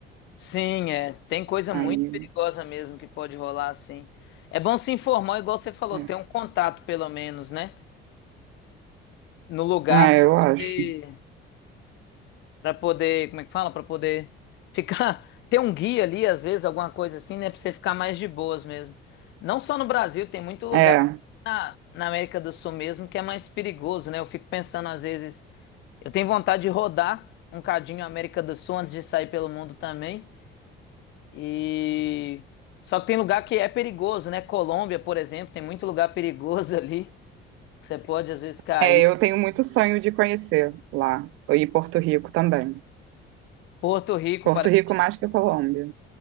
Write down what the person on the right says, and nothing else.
Aí,
é,
é
eu acho.
É.
É, eu tenho muito sonho de conhecer lá. E Porto Rico também.
Porto
Rico mais que a Colômbia,